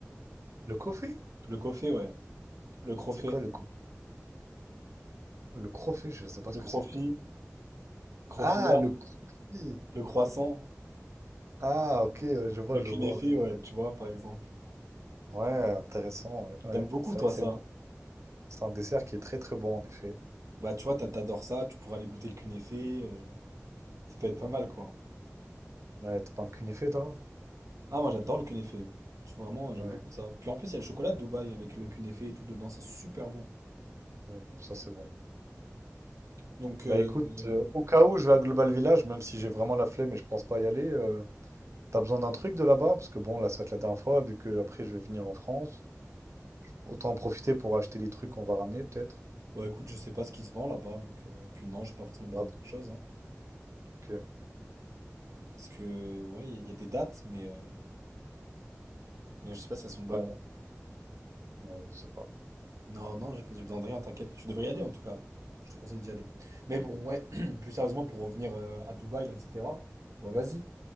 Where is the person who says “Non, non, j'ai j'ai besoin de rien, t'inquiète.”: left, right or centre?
Right